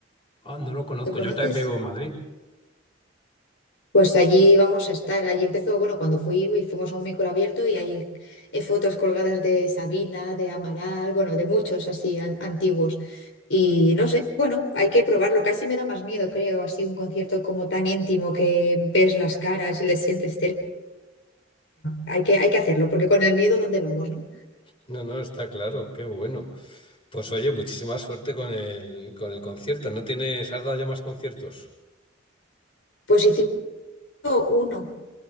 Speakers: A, on the left (about 25°); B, on the left (about 65°).
A: Ah, no lo conozco.
B: ¿lo conoces?
A: Yo también vivo en Madrid.
B: Pues allí vamos a estar. Allí empezó, bueno, cuando fui y fuimos a un micro abierto y hay eh, fotos colgadas de Sabina, de Amaral, bueno, de muchos así an- antiguos. Y no sé, bueno, hay que probarlo. Casi me da más miedo, creo, así un concierto como tan íntimo que ves las caras y les sientes cerca. Hay que, hay que hacerlo, porque con el miedo, ¿dónde vamos, no?
A: No, no, está claro. Qué bueno. Pues oye, muchísima suerte con el, con el concierto. ¿No tienes, has dado ya más conciertos?
B: Pues hicimos uno.